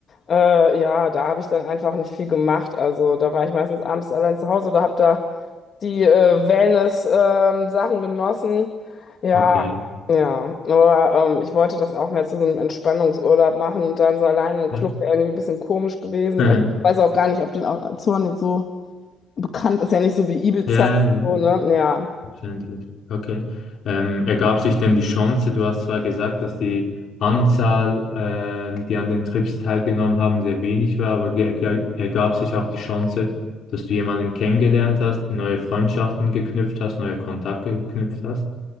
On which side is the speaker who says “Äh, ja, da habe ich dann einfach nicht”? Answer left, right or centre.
Left